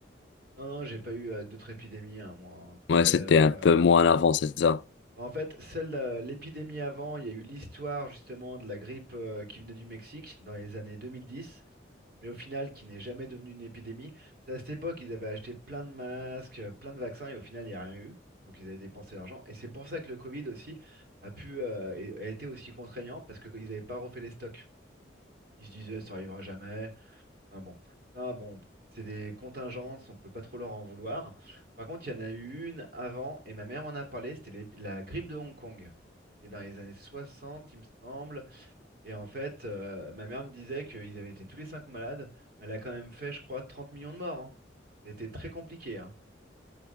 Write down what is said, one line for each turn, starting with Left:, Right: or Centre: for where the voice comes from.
Right: Non, non, j'ai pas eu euh, d'autres épidémies, hein, moi. hein, tu
Left: Ouais,
Right: sais.
Left: c'était
Right: euh.
Left: un peu moins en avant, c'est ça.
Right: En fait, celle de l'épidémie avant, il y a eu l'histoire justement de la grippe euh, qui venait du Mexique dans les années 2010. mais au final qui n'est jamais devenu une épidémie. C'est à cette époque ils avaient acheté plein de masques, euh, plein de vaccins et au final il n'y a rien eu. Donc ils avaient dépensé l'argent. Et c'est pour ça que le Covid aussi a pu euh, et- a été aussi contraignant parce qu'ils n'avaient pas refait les stocks. Ils se disaient ça arrivera jamais. Ah bon, ça bon, c'est des contingences, on peut pas trop leur en vouloir. Par contre, il y en a eu une avant et ma mère m'en a parlé, c'était les- la grippe de Hong Kong. C'était dans les années 60, il me semble. Et en fait, euh, ma mère me disait qu'ils avaient été tous les cinq malades, mais elle a quand même fait, je crois, 30 millions de morts. hein. Ça très compliqué. hein.